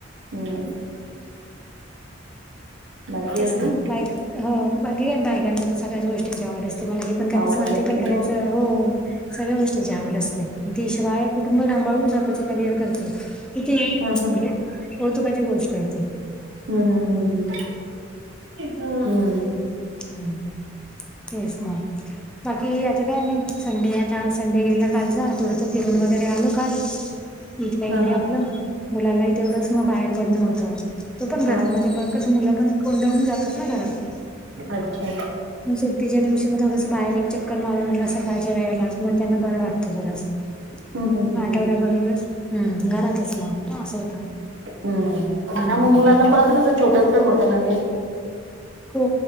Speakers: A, on the right (about 70°); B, in the centre.
A: हम्मं. बाकी
B: तेचं
A: अजून
B: नां बांक बांकी बायकांनां तरं सगळ्यांचं गोष्टींची आवडं असतें मलां पणं करायचं
A: आवडच
B: म्हंणते
A: असते
B: पणं करायचं हो सगळ्यां गोष्टीं ज्यांवर असतें तीशिवायं कुटुंब थांबाळूंन स्वंतःं करिअर करतं किती
A: हम्म
B: म्हणजे कौतुकांची गोष्टं आहेतं.
A: हम्मं हमं हंम हम्मं हमं
B: हं तेचं नाहीं बांकी आतां कायं नाहीं संडे. आतां संडे गेलां कालचां थोडंसं फिरूंन वगैरें आलो कांल इथल्यां
A: हां,
B: इथे
A: हां,
B: आपलं. मुलांलाही तेवढंचं मंग बाहेर पडणं होतं. तो पणं
A: हां,
B: घरांत
A: हां.
B: मध्यें बघं कसं मुलं पणं कोंडाहून जातातं नां घरांत.
A: अच्छा.
B: मंग सुेटीच्यां दिवशी मंग थोडंसं बाहेर एक चक्कर मारूंन आणला सकाळच्यां वेळेलां मंग त्यांना बरं वाटतं.
A: हं, हं, हं,
B: आठवड्यां
A: हं.
B: बरोबरचं हम्मं घरातचं नां असं होत.
A: हम्मं
B: हम्म
A: हं मंग मुलांना परंत कसं छोट्यांच पते नां.
B: हो